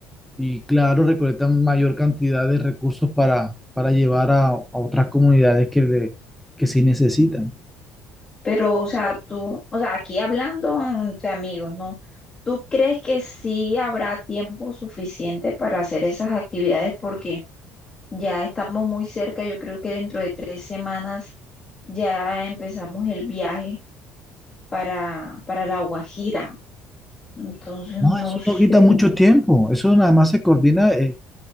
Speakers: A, in the centre; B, on the left (about 20°).
A: y claro, recolectan mayor cantidad de recursos para, para llevar a, a otras comunidades que, le- que sí necesitan.
B: Pero, o sea, tú, o sea, aquí hablando entre amigos, ¿no? ¿Tú crees que sí habrá tiempo suficiente para hacer esas actividades? Porque ya estamos muy cerca, yo creo que dentro de tres semanas ya empezamos el viaje para, para La Guajira. Entonces,
A: No,
B: no
A: eso
B: sé.
A: no quita mucho tiempo, eso nada más se coordina. eh,